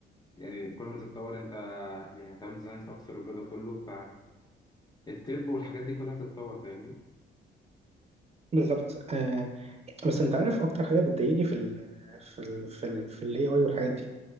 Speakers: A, on the left (about 20°); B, on the right (about 30°).
A: يعني كل ما تتطور انت يعني هتعمل ديزاينز اكتر والجو ده كله الطب والحاجات دي كلها هتتطور فاهمني
B: بالظبط آه بس انت عارف اكتر حاجه بتضايقني في ال في ال في ال في الاي اي والحاجات دي